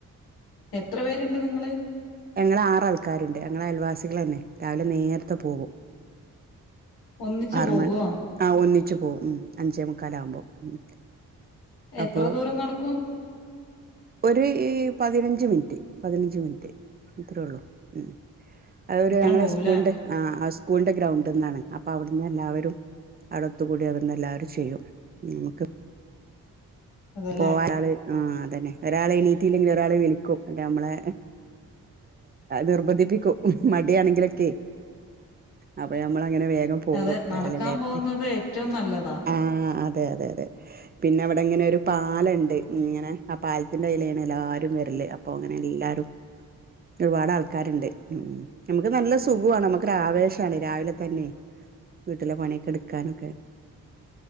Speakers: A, on the left; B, on the right.
A: എത്ര പേരുണ്ട് നിങ്ങള്
B: ഞങ്ങളെ ആറാൾക്കാരുണ്ട് ഞങ്ങളെ അയൽവാസികൾ തന്നെ രാവിലെ നേരത്തെ പോകും
A: ഒന്നിച്ചു
B: ആറു
A: പോകുവോ
B: മ ആ ഹ് ഒന്നിച്ച്ച് പോവും ഉം അഞ്ചേ മുക്കാലാകുമ്പോ ഉം അപ്പൊ
A: എത്ര ദൂരം നടക്കും
B: ഒരു ഈ പതിനഞ്ച് മിനിറ്റ് പതിനഞ്ച് മിനിറ്റ് അത്രേ ഉള്ളു ഉം അത് ഒരു
A: അത്രയും
B: ഞങ്ങളെ
A: പോവൂലേ
B: സ്കൂളിന്റെ ആ സ്കൂളിന്റെ ഗ്രൗണ്ടുന്നാണ് അപ്പ അവിടുന്ന് എല്ലാവരും അവിടെ ഒത്തുകൂടി അവിടെന്ന് എല്ലാരും ചെയ്യും നമ്മുക്ക്
A: അതെല്ലേ
B: പോവാന് ഒരാള് ആ അതന്നെ ഒരാളെ എണീറ്റയില്ലെങ്കിൽ ഒരാളെ വിളിക്കും അല്ലേ നമ്മളെ നിർബന്ധിപ്പിക്കും മടിയാണെങ്കിലൊക്കെ അപ്പൊ നമ്മള അങ്ങനെ വേഗം പോകും
A: അതെ നടക്കാൻ
B: രാവിലെ നേര
A: പോകുന്നത് ഏറ്റവും നല്ലതാ
B: ആ അതെ അതെ അതെ പിന്നെ അവിടെങ്ങനെ ഒരു പാലേണ്ട് ഇങ്ങനെ ആ പാലത്തിൻ്റെ അയിലാണ് എല്ലാരും വരല് അപ്പൊ അങ്ങനെ എല്ലാരും ഒരുപാട് ആൾക്കാരുണ്ട് ഉം നമുക്ക് നല്ല സുഖമാണ് നമുക്ക് ആവേശമാണ് രാവിലെ തന്നെ വീട്ടിലെ പണിയൊക്കെ എടുക്കാനൊക്കെ